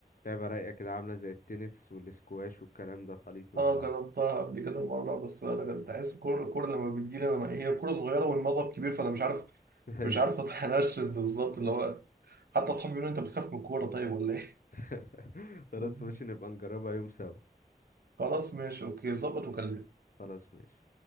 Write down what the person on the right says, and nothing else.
اه
جربتها قبل كده مره بس انا كنت عايز كوره الكوره لما بتجيلي انا هي كوره صغيره والمضرب كبير فانا مش عارف
مش عارف اتنشن بالظبط اللي هو حتى اصحابي بيقولوا انت بتخاف من الكوره طيب ولا ايه
<laughs>
خلاص ماشي اوكي ظبط وكلمني